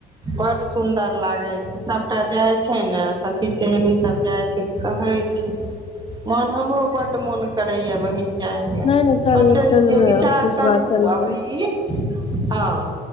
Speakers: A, on the right (about 25°); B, on the left (about 35°).
A: बड सुन्दर लागे छै सबटा जाय छै ने सखी सहेली सब जाय छै तऽ कहे छै मन हमरो बड मोन करे या बहिन जाके
B: नहि नहि चल
A: सोचै
B: चलबै
A: छियै विचार
B: अब इस
A: करू
B: बार चलबै
A: अबरी हँ